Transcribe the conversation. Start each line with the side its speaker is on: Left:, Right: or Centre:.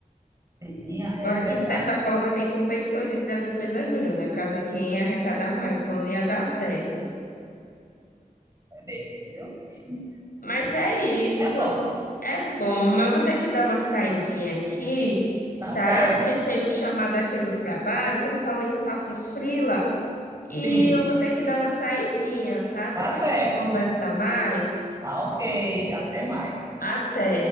Right: Sim, ah,
Left: Agora
Right: é verdade.
Left: que, de certa forma, tem competições entre as empresas júnior, né? Para ver quem ia arrecadar mais, então não ia dar certo.
Right: É mesmo, viu? Complicado,
Left: Mas é isso.
Right: mas também é bom.
Left: É bom, mas eu vou ter que dar uma saidinha aqui,
Right: Tá
Left: tá?
Right: certo.
Left: Porque teve um chamado aqui do trabalho, que eu falei que eu faço uns freela. E
Right: Sim,
Left: eu vou ter que dar uma saidinha, tá? Depois
Right: tá certo.
Left: a gente conversa mais.
Right: Tá ok, até mais.
Left: Até.